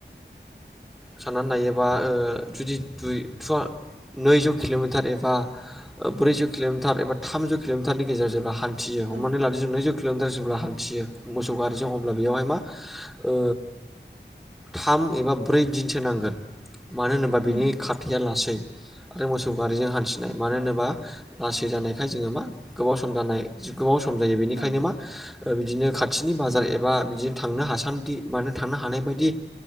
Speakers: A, in the centre; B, on the right.
A: साननानै लायोबा ओ जुदि दुइ थुवा नैजौ किल'मिटार एबा ब्रैजौ किल'मिटार एबा थामजौ किल'मिटारनि गेजेरजोंब्ला हान न्थियो हमनानै
B: ओ
A: लादि जोबनैजौ किल'मिटार जेब्ला हान्थियो मोसौ गारिजों अब्ला बेयावहाय मा ओ थाम एबा ब्रै दिनसो नांगोन। मानो होनोबा बिनि
B: उम
A: खारथाया लासै आरो मोसौ गारिजों हान्थिनाय मानो होनोबा लासै जानायखाय जोङो मा गोबाव सम जानाय गोबाव सम सम जायो बेनिखायनो
B: औ
A: मा बिदिनो खाथिनि बाजार एबा बिदिनो थांनो हासान्दि मानो थांनो हानाय बायदि